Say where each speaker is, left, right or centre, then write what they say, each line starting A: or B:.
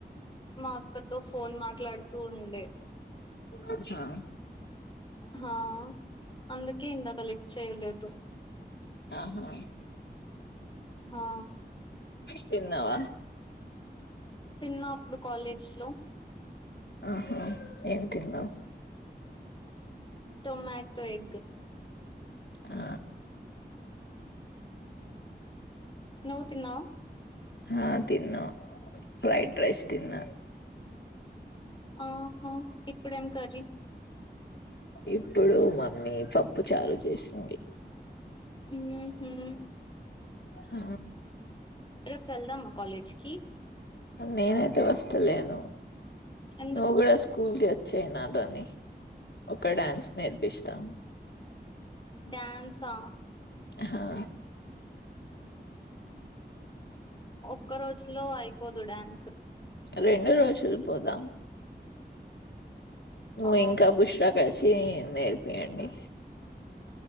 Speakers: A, on the left; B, on the left.
A: మా అక్కతో ఫోన్ మాట్లాడుతూ ఉండే
B: ఆహా
A: హా అందుకే ఇందాక లిఫ్ట్ చేయలేదు
B: ఆహా
A: హా
B: తిన్నావా
A: తిన్నా అప్పుడు కాలేజ్ లో
B: ఆహా ఏమ్ తిన్నావ్
A: టొమాటో ఎగ్
B: ఆ
A: నవు తిన్నావా
B: ఆ తిన్న ఫ్రైడ్ రైస్ తిన్న
A: ఆహా ఇప్పుడేం కర్రీ
B: ఇప్పుడు మమ్మీ పప్పుచారు చేసింది
A: ఊహూ
B: ఆ
A: రేప్ వేల్దామా కాలేజ్ కి
B: నేనైతే వస్తలేను
A: ఎందుకు
B: నూ గూడా స్కూల్కి వచ్చేయ్ నాతోని ఒక డ్యాన్స్ నేర్పిస్తా
A: డ్యాన్సా
B: ఆహా
A: ఒక్క రోజులో అయిపోదు డ్యాన్స్
B: రెండు రోజులు పోదాం నువ్వు
A: ఆ
B: ఇంకా బుష్రా కలిసి నేర్పియండి